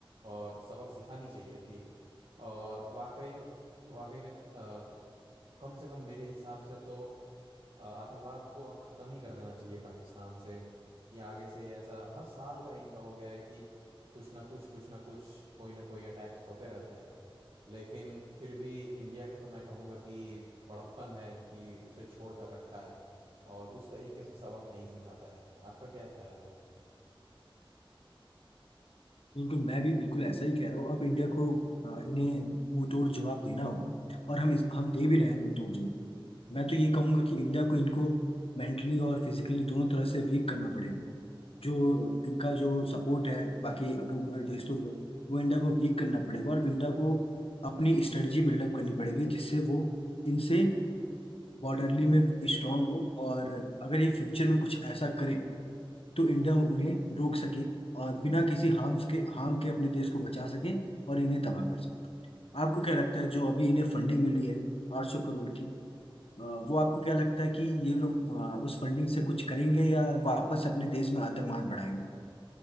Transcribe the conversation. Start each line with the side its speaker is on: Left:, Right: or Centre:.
Right: और सबक सिखानी चाहिए थी और वाकई में वाकई में अ, कम से कम मेरे हिसाब से तो अ, आतंकवाद को अब खत्म ही कर देना चाहिए पाकिस्तान से कि आगे से ऐसा हर साल का इनका हो गया है कि कुछ ना कुछ कुछ ना कुछ कोई ना कोई अटैक्स होते रहते हैं लेकिन फिर भी इंडिया का तो मैं कहूँगा कि बड़प्पन है कि उसे छोड़ कर रखा है और उस तरीके से सबक नहीं सिखाता है आपका क्या ख्याल है इस
Left: बिल्कुल मैं भी बिल्कुल ऐसा ही कह रहा हूँ अब इंडिया को आ, इन्हें मुंहतोड़ जवाब देना होगा और हम इस हम दे भी रहे हैं मुंहतोड़ जवाब मैं तो ये कहूंगा कि इंडिया को इनको मेंटली और फिजिकली दोनों तरह से वीक करना पड़ेगा जो इनका जो सपोर्ट है बाकी अगल बगल देशों को वो इंडिया को वीक करना पड़ेगा और इंडिया को अपनी स्ट्रेटजी बिल्डअप करनी पड़ेगी जिससे वो इनसे बॉर्डरली में स्ट्रांग हो और अगर ये फ्यूचर में कुछ ऐसा करे तो इंडिया उन्हें रोक सके और बिना किसी हार्म्स के हार्म के अपने देश को बचा सके और इन्हें तबाह कर सके आपको क्या लगता है जो अभी इन्हें फंडिंग मिली है आठ सौ करोड़ की अ, वो आपको क्या लगता है कि ये लोग अ, उस फंडिंग से कुछ करेंगे या वापस अपने देश में आतंकवाद बढ़ाएंगे